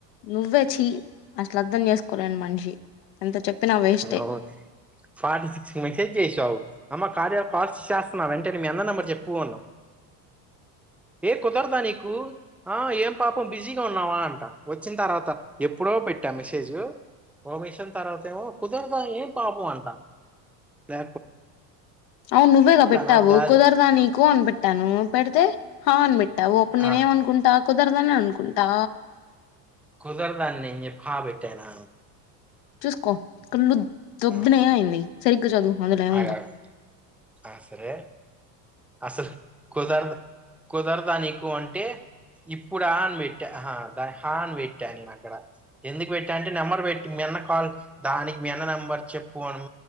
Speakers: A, on the left; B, in the centre.
A: నువ్వే ఛీ అసలు అర్దం చేసుకోలేని మనిషి ఎంత చెప్పినా వేస్టే
B: ఓ ఫార్టీ సిక్సి మెసజ్ చేసావ్ అమ్మ కార్యా చేస్తన్నా అంటే మీ అన్న నంబర్ చెప్పుు అన్నావ్ ఎ కుదరదా నీ కు ఆ ఏం పాపం బిజీగా ఉన్నావా అంట వచ్చిన తర్వాత ఎప్పుడో పెట్టా మెసేజ్ ఓమెషన్ తర్వాతెమో కుదరదా ఏం పాపం అంటా ల
A: అవును నువ్వేగా పెట్టావు
B: నాకు కాదు
A: కుదరదా నీకో అని పెట్టాను పెడితే హా అని పెట్టావు అప్పుడు నేనే
B: ఆ
A: అనుకుంటా కుదరదని అనుకుంటా
B: కుదరద ని చెప్పి హ పెట్టానా
A: చూసుకో కళ్లు దొబ్బినాయ
B: ఆ స
A: ఎంది సరిగ్గ జదూ అందులో ఏముందో
B: ఆగా- ఆ సరే అసలు కుదరదు కుదరద నికు అంటే ఇప్పుడు ఆ అని పెట్టా ఆహా దా హా అని పెట్టాను నేను అక్కడ ఎందుకు పెట్ట అంటే నెంబర్ పెట్టి మీ అన్న కాల్ దానికి మీన్న నెంబర్ చెప్పు అన్